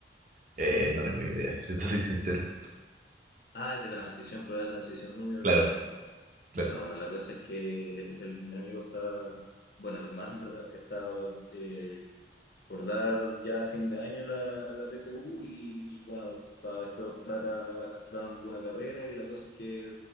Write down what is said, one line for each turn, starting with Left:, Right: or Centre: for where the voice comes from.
Right: Eh, no tengo idea, si te soy sincero.
Left: Ah, es de transición, prueba de transición universitaria.
Right: Claro, claro,
Left: Ya, bueno, la cosa es que el, mi amigo está, bueno, el hermano en verdad, está eh, por dar ya a fin de año la, la PTU y bueno, para después optar a, a entrar en alguna carrera y la cosa es que